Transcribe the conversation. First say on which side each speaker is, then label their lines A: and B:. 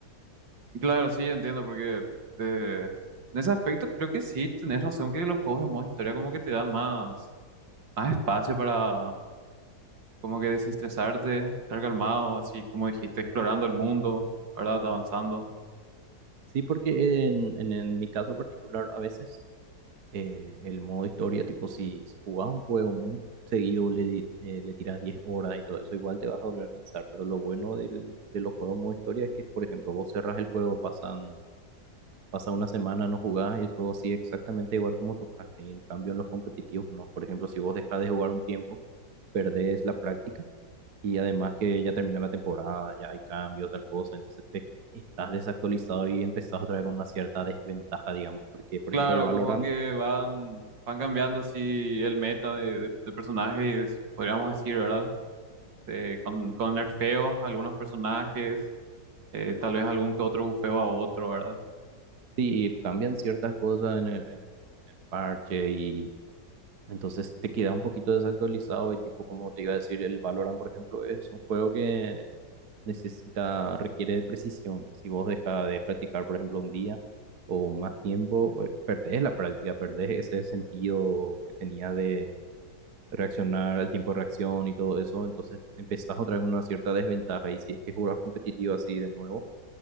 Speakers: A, on the right; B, on the right.
A: Claro, sí, entiendo, porque eh, en ese aspecto creo que sí tenés razón que los juegos de modo historia como que te dan más, más espacio para como que desestresarte, estar calmado, así como dijiste, explorando el mundo, ¿verdad? Avanzando.
B: Sí, porque en, en, en mi caso particular, a veces eh, el modo historia, tipo, si, si jugás un juego muy seguido, le, di- eh, le tiras 10 horas y todo eso, igual te vas a volver a cansar. Pero lo bueno del, de los juegos modo historia es que, por ejemplo, vos cerrás el juego, pasan, pasa una semana, no jugás y el juego sigue exactamente igual como tocaste. Y en cambio, en los competitivos, no. Por ejemplo, si vos dejás de jugar un tiempo, perdés la práctica. Y además que ya terminó la temporada, ya hay cambios, tal cosa, entonces te estás desactualizado y empezás otra vez con una cierta desventaja, digamos, porque por
A: Claro,
B: ejemplo el Valorant,
A: como que van, van cambiando así el meta de, de, de personajes, podríamos decir, ¿verdad? De- con, con nerfeos a algunos personajes, eh, tal vez algún que otro bufeo a otro, ¿verdad?
B: sí, cambian ciertas cosas en el, en el parche y entonces te quedas un poquito desactualizado y tipo, como te iba a decir, el Valorant, por ejemplo, es un juego que necesita, requiere de precisión. Si vos dejas de practicar, por ejemplo, un día o más tiempo, eh, perdés la práctica, perdés ese sentido que tenías de reaccionar, el tiempo de reacción y todo eso, entonces empezás otra vez con una cierta desventaja y si es que jugás competitivo así de nuevo,